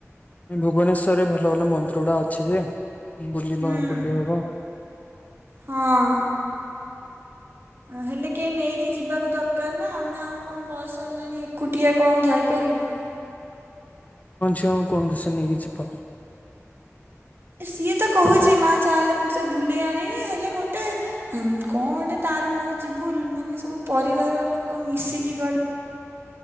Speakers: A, on the left (about 30°); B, on the right (about 45°).
A: ଭୁବନେଶ୍ୱର ରେ ଭଲ ଭଲ ମନ୍ଦିର ଗୁଡା ଅଛି ଯେ ବୁଲିବା
B: ହୁଁ
A: ବୁଲି ହବ।
B: ହଁ। ହେଲେ କେହି ନେଇକି ଯିବାକୁ ଦରକାର ନା ନା ଆମେ ଆଉ କଣ ବସ ହେଲାଣି ଏକୁଟିଆ କଣ ଆଉ ଯାଇପାରିବୁ।
A: ଅ କଣ ଦଶ ନେଇକି ଯିବ
B: ସିଏ ତ କହୁଛି ମା ଚାହେଲେ ମୁଁ ତେ ବୁଲେଇ ଆଣିବି ହେଲେ ଗୋଟେ କଣ ଗୋଟେ ତାର ମୋର ଯିବୁ ମାନେ ସବୁ ପରିବାର ଲୋକ ମିଶିକି ଗଲେ